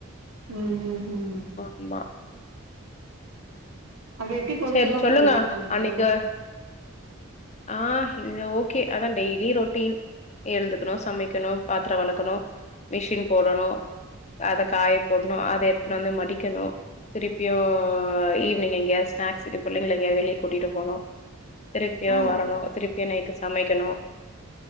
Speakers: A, on the right; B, on the left.
A: ம் ம் ம்
B: ஆமா
A: அப்ப எப்டி பொழுதுல்லா
B: சேரி சொல்லுங்க
A: போகுது உங்களுக்கு
B: அன்னைக்கு ஆ இங்க ஓகே அதா டெய்லி ரொட்டீன் எழ்ந்துக்குணு சமைக்கணு பாத்ரொ வெளக் ருக்கனு மிஷின் போடணு மேல காய போடனு அத எடுத்துட்டு வந்து மடிக்கணு திருப்பியு ஈவினிங் எங்கயா ஸ்னாக்ஸ்க்கு பிள்ளைங்கள எங்கயாவது வெளியே கூட்டிகிட்டு போனு திருப்பியு
A: ஆ
B: வரணு திருப்பியு நைட்டு சமைக்கணு